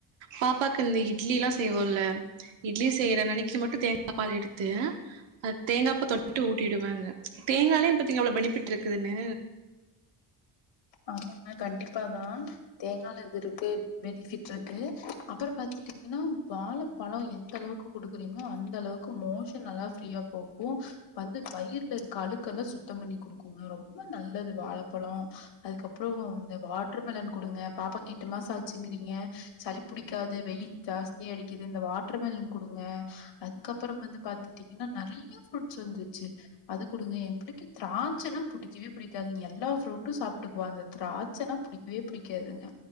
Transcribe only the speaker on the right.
பாப்பாக்கு இந்த இட்லிலா செய்வோம்ல இட்லி செய்யற நெனைக்கு மட்டு தேங்கா பால் எடுத்து அ தேங்காப்ப தொட்டு ஊட்டிடுவேங்க தேங்காலே பத்தீங்க அவ்ளோ பெனிபிட் இருக்குதுன்னு